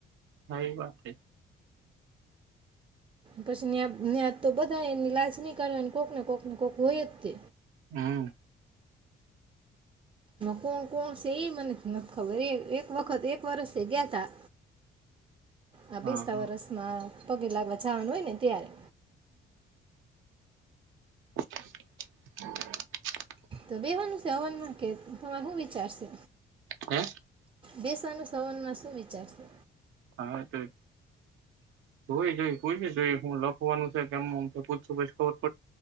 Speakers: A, on the right; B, on the right.
A: એ વાત
B: પછી તો ત્યાં બધા એની લાજ નહી કાની કોઈક ને કોઈક ને કોક હોય જ તે
A: હમ
B: કોણ, કોણ છે, એ મને નથી ખબર એ એક વખત એક વર્ષ ગયા તા આ
A: હા
B: બીસતા
A: હા
B: વરસમાં પગે લાગવા જવાનું હોય ને ત્યારે
A: ફ <unintelligible>
B: તો બેહવાનું છે હવનમાં કે તમાર શું વિચાર શે
A: હે
B: બેસવાનું છે હવનમાં શું વિચારશે
A: હા, તો જોય, જોઈ કોઈને પૂછ્યું જોઈ હું લખવાનું છે કેમમ પૂછશું પછ